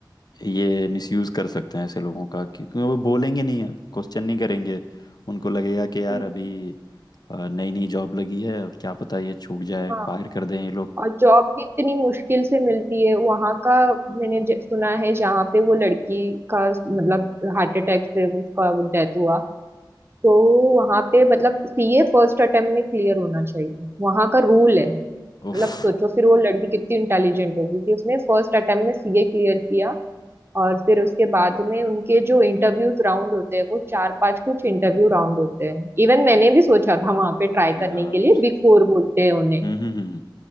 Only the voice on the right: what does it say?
हम्म,
हाँ
और जॉब भी इतनी मुश्किल से मिलती है वहां का मैंने ज- सुना है जहाँ पे वो लड़की का मतलब हार्ट अटैक से वो उसका डेथ हुआ तो वहां पे मतलब सीए फर्स्ट अटेम्प्ट में क्लियर होना चाहिए वहां का रूल है मतलब
सोचो फिर वो लड़की कितनी इंटेलिजेंट होगी कि उसने फर्स्ट अटेम्प्ट में सीए क्लियर किया और फिर उसके बाद में उनके जो इंटरव्यूज राउंड होते हैं वो चार पांच कुछ इंटरव्यू राउंड होते हैं इवन मैंने भी सोचा था वहां पे ट्राई
करने के लिए बिग फोर बोलते हैं उन्हें